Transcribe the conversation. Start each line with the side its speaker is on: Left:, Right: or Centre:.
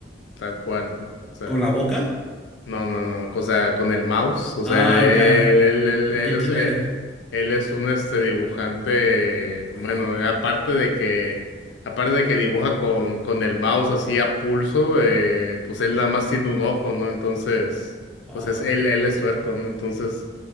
Left: tal cual, ¿no? O sea.
Centre: ¿Con la boca?
Left: No, no, no, o sea, con el mouse, o sea,
Centre: Ah,
Left: él,
Centre: ya.
Left: él, él-
Centre: ¿Y
Left: él
Centre: qué tiene?
Left: es, eh, él es un este dibujante, bueno,
Centre: Ajá.
Left: eh, aparte de que, aparte de que dibuja con, con el mouse así a pulso, eh, pues él nada más tiene un ojo, ¿no? Entonces,
Centre: Ah,
Left: pues es, él, él es tuerto, ¿no? Entonces,